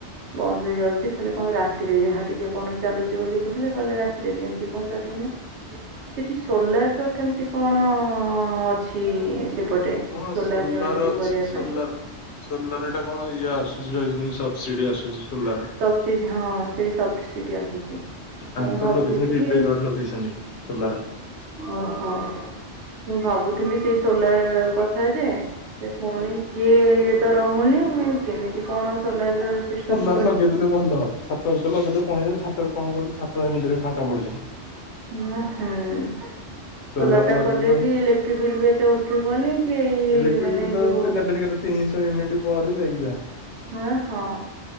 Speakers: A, on the right (about 75°); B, on the left (about 75°).
A: ବନ୍ଦ ହେଇଯାଉ ଖାଲି କଣ ରାତିରେ ଯାହା ଟିକେ କଣ ଚାଲୁଛି ବୋଲି କହିଲେ କହିଲେ ରାତିରେ ବି ଏମିତି କଣ ଚାଲୁନି ସେଠି ସୋଲାର ର କେମିତି କଣ ଅ ଅଛି? ସେପଟେ?
B: ହଁ ସୋଲାର
A: ଜଣେ ଯଦି
B: ଅଛି
A: କରିବା
B: ସୋଲାର
A: ପାଇଁ
B: ସୋଲାର ଏଇଟା କଣ ଇଏ ଆସୁ ଆ ପାଇଁ ସବସିଡି ଆସୁଛି ସୋଲାର
A: ସବ ସି ହଁ ସେଇ ସବ ଉୁଟି ଆସୁଛି
B: ତାଙ୍କର
A: ମୁଁ ଭାବୁଥିଲି
B: ଲଗେଇଛନ୍ତି ବିବେକ
A: ବି
B: ଘର ଲଗେଇଛନ୍ତି ସୋଲାର
A: ଓହୋ ମୁଁ ଭାବୁଥିଲ ଥିଲି ସେଇ ସୋଲାର କଥା ଯେ ସେ ପୁଣି କିଏ ଇଏ ତ ରହୁନି କେମିତି କଣ ସୋଲାର ର ସିଷ୍ଟମ୍
B: ଲଗେଇଦଲେ ଭଲ ଛାତରେ ଲଗେଇଦବ କ କହି ଯାଉଛି ସାତରେ କଣ କରୁଛି ସାତ ମିରେ ଫାଙ୍କା ପଡୁଛି
A: ହଁ ହୁଁ
B: ସୋଲାର
A: ଚୋଲାର ଟା
B: ଲଗେଇଦେଲୁ
A: କଲେ ବି ଇଲେକ୍ଟ୍ରିକ ବିଲ୍ ବି ଏତେ ଉଠିବନି କି ଏଇ
B: ଇଲେକ୍ଟ୍ରିକ
A: ମାନେ
B: ବିଲ୍ ତ
A: ଯୋଉ
B: ସେ ନେବେନି କେତେ ତିନିଶହ ୟୁନିଟ୍ ପରେ ଯାଇକିଛା
A: ହଁ ହଁ